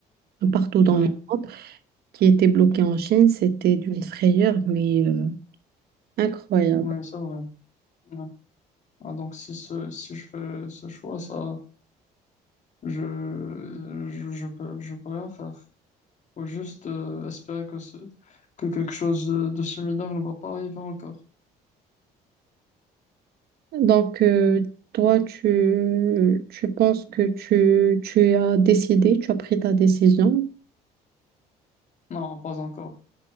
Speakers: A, on the right; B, on the left.
A: partout dans
B: ouais,
A: le monde qui étaient bloqués en Chine. C'était d'une frayeur, mais euh, incroyable.
B: ouais, c'est vrai. Ouais. Ah, donc si, ce- si je fais ce choix, ça, je, je, je peux, je peux rien faire. Faut juste euh, espérer que, ce- que quelque chose de similaire ne va pas arriver encore.
A: Donc, euh, toi, tu, tu penses que tu, tu as décidé, tu as pris ta décision
B: Non, pas encore.